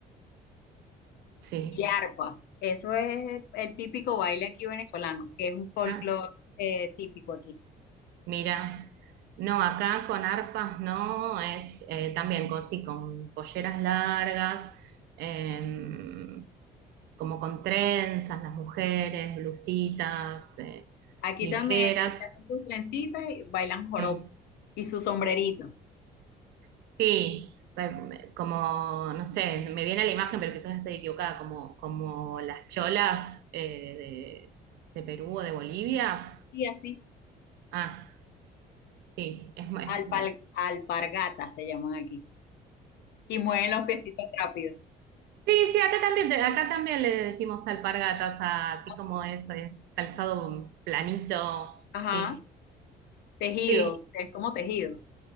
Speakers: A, on the right; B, on the left.
A: sí.
B: Y arpas, eso es el típico baile aquí venezolano, que es un folclore
A: Ah,
B: eh, típico aquí.
A: mira. No, acá con arpas no, es eh, también con, sí, con polleras largas, em, como con trenzas, las mujeres, blusitas, eh,
B: Aquí
A: ligeras.
B: también se hacen sus trencitas y bailan joropo
A: Mm.
B: y su sombrerito.
A: Sí, ca- como, no sé, me viene la imagen, pero quizás esté equivocada, como, como las cholas eh, de, de Perú o de Bolivia.
B: Sí, así,
A: Ah, sí, es, mu- es-
B: alpal,
A: me-
B: alpargatas se llaman aquí. Y mueven los piecitos rápido.
A: sí, sí, acá también, te- acá también le decimos alpargatas, a- así como
B: Así.
A: es, eh, calzado planito,
B: Ajá,
A: sí,
B: tejido,
A: sí,
B: que es como tejido.